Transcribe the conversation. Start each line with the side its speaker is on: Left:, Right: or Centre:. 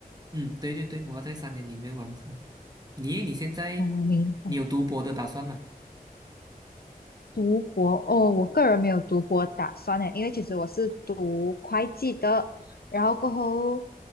Right: 嗯，对对对，我要在三年里面完成。你你现在
Left: 哦，明白。
Right: 你有读博的打算吗？
Left: 读博哦，我个人没有读博打算呢，因为其实我是读会计的，然后过后，